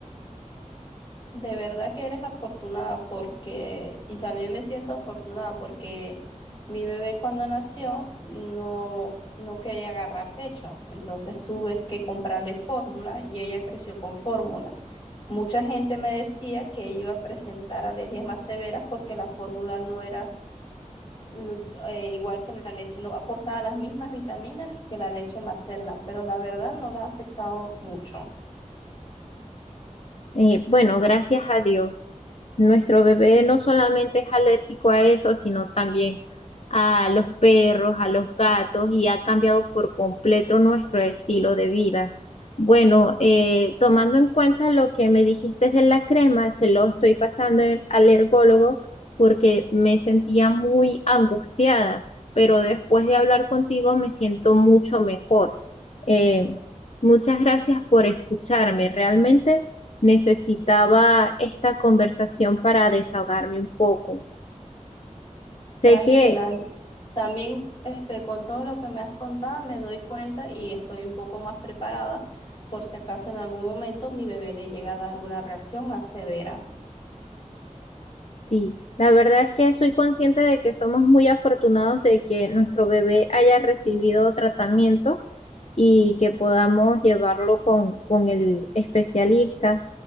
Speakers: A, on the left; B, on the left.
A: de verdad que eres afortunada porque, y también me siento afortunada porque mi bebé cuando nació no, no quería agarrar pecho. Entonces tuve que comprarle fórmula y ella creció con fórmula. Mucha gente me decía que iba a presentar alergias más severas porque la fórmula no era lu- eh, igual que la leche, no aportaba las mismas vitaminas que la leche materna, pero la verdad no la ha afectado mucho.
B: Eh, bueno, gracias a Dios. Nuestro bebé no solamente es alérgico a eso, sino también a los perros, a los gatos y ha cambiado por completo nuestro estilo de vida. Bueno, eh, tomando en cuenta lo que me dijiste de la crema, se lo estoy pasando al al ergólogo porque me sentía muy angustiada, pero después de hablar contigo me siento mucho mejor. Eh, muchas gracias por escucharme. Realmente. Necesitaba esta conversación para desahogarme un poco.
A: Tranquila.
B: Sé que
A: También este, con todo lo que me has contado me doy cuenta y estoy un poco más preparada por si acaso en algún momento mi bebé le llega a dar alguna reacción más severa.
B: sí, la verdad es que soy consciente de que somos muy afortunados de que nuestro bebé haya recibido tratamiento y que podamos llevarlo con, con el especialista.